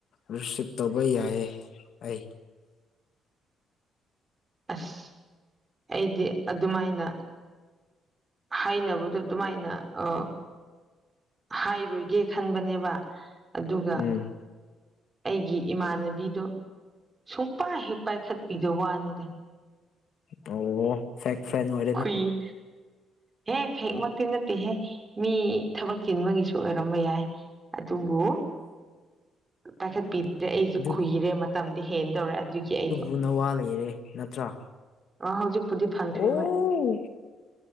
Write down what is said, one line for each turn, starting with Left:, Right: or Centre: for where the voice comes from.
Left: ꯔꯤꯁꯤꯞ ꯇꯧꯕ ꯌꯥꯏꯌꯦ ꯑꯩ
Right: ꯑꯁ ꯑꯩꯗꯤ ꯑꯗꯨꯃꯥꯏꯅ ꯍꯥꯏꯅ ꯕꯗ‌ꯣ ꯑꯗꯨꯃꯥꯏꯅ ꯑ ꯍꯥꯏꯔꯣꯏꯒꯦ ꯈꯟꯕꯅꯦꯕ ꯑꯗꯨꯒ
Left: ꯎꯝ
Right: ꯑꯩꯒꯤ ꯏꯃꯥꯟꯅꯕꯤꯗꯣ ꯁꯨꯡꯄꯥꯏ ꯍꯦꯛ ꯄꯥꯏꯈꯠꯄꯤꯗ ꯋꯥꯅꯤꯗ
Left: ꯇꯧꯔꯛꯑꯣ ꯐꯦꯛ ꯐ꯭ꯔꯦꯟ ꯅꯣꯏ
Right: ꯈꯨꯏ ꯍꯦ ꯐꯦꯛ ꯃꯛꯇꯤ ꯅꯠꯇꯦꯍꯦ ꯃꯤ ꯊꯕꯛ ꯆꯤꯟꯕꯒꯤꯁꯨ ꯑꯣꯏꯔꯝꯕ ꯌꯥꯏ ꯑꯗꯨꯕꯨ ꯄꯥꯏꯈꯠ ꯄꯤ ꯗ‌ꯦ ꯑꯩꯁꯨ
Left: ꯑꯗꯨ
Right: ꯈꯨꯨꯏꯔꯦ ꯃꯇꯝꯗꯤ ꯍꯦꯟꯗꯧꯔꯦ ꯑꯗꯨꯒꯤ ꯑꯩꯗꯣ
Left: ꯎꯅ ꯋꯥ ꯂꯩꯔꯦ ꯅꯠꯇ꯭ꯔꯥ
Right: ꯑ ꯍꯧꯖꯤꯛꯄꯨꯗꯤ ꯐꯪꯈ꯭ꯔꯦ
Left: ꯑꯣ
Right: ꯍꯣꯏ